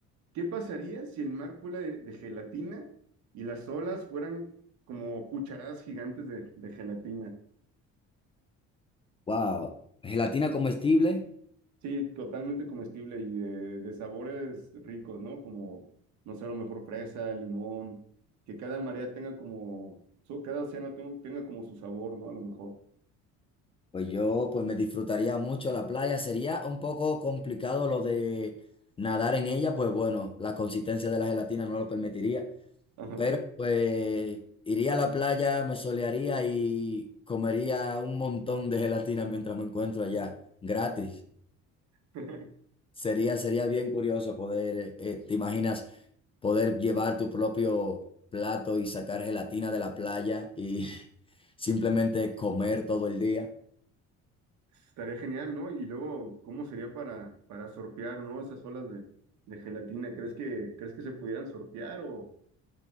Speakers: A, on the right; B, on the left.
A: qué pasaría si el mar fuera de, de gelatina y las olas fueran como cucharadas gigantes de, de gelatina?
B: Wow, gelatina comestible.
A: Sí, totalmente comestible y de, de sabores ricos, ¿no? Como, no sé, a lo mejor fresa, limón, que cada marea tenga como, su- cada océano ten- tenga como su sabor, ¿no? A lo mejor.
B: Pues yo, pues me disfrutaría mucho la playa. Sería un poco complicado lo de nadar en ella, pues bueno, la consistencia de la gelatina no lo permitiría.
A: Ajá.
B: Pero pues iría a la playa, me solearía y comería un montón de gelatina mientras me encuentro allá, gratis.
A: <laughs>
B: Sería, sería bien curioso poder, eh, te imaginas, poder llevar tu propio plato y sacar gelatina de la playa y <laughs> simplemente comer todo el día.
A: Estaría genial, ¿no? Y luego, ¿cómo sería para, para surfear, ¿no? Esas olas de, de gelatina, ¿crees que, crees que se pudieran surfear o